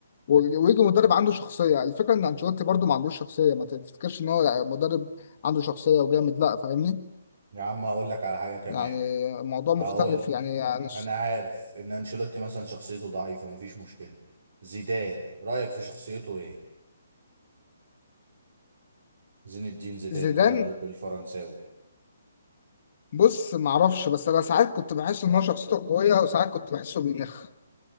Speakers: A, on the left (about 35°); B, on the right (about 70°).
A: و- ويجي مدرب عنده شخصية الفكرة إن أنشيلوتي برضو ما عندوش شخصية ما تفتكرش إن هو مدرب عنده شخصية وجامد لا فاهمني
B: يا عم هقول لك على حاجه كمان
A: يعني الموضوع مختلف
B: هقول لك
A: يعني أنا ش-
B: انا عارف ان انشيلوتي مثلا شخصيته ضعيفه مفيش مشكله زيدان رايك في شخصيته ايه زين الدين زيدان
A: زيدان
B: مدرب الفرنساوي
A: بص معرفش بس أنا ساعات كنت بحس إن هو شخصيته قوية وساعات كنت بحسه بينخ